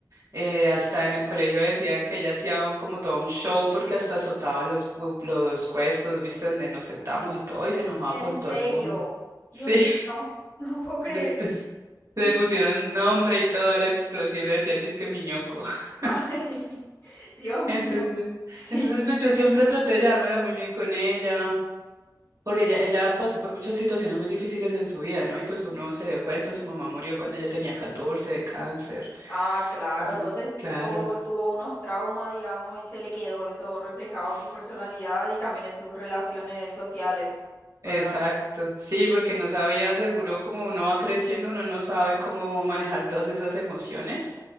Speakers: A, on the right; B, on the left.
A: eh, hasta en el colegio decían que ella hacía un- como todo un show porque hasta azotaba los, pu- los puestos, viste, donde nos sentamos y todo, y se enojaba
B: En
A: con
B: serio,
A: todo el mundo. Sí.
B: Dios mío, <laughs> no puedo creer.
A: <laughs> Le
B: Y,
A: pusieron
B: <laughs>
A: nombre y todo a la explosión, le decían disque miñoco. <laughs>
B: ay, Dios
A: Entonces,
B: mío, sí.
A: entonces pues yo siempre traté de llevármela muy bien con ella, porque ella, ella pasó por muchas situaciones muy difíciles en su vida, ¿no? Y pues uno se dio cuenta, su mamá murió cuando ella tenía catorce de cáncer.
B: Ah, claro,
A: Entonces,
B: entonces
A: claro.
B: como tuvo unos traumas, digamos, y se le quedó eso reflejado
A: s-
B: en su personalidad y también en sus relaciones sociales,
A: Exacto.
B: ¿verdad?
A: Sí, porque no sabía, seguro, como uno va creciendo, uno no sabe cómo manejar todas esas emociones.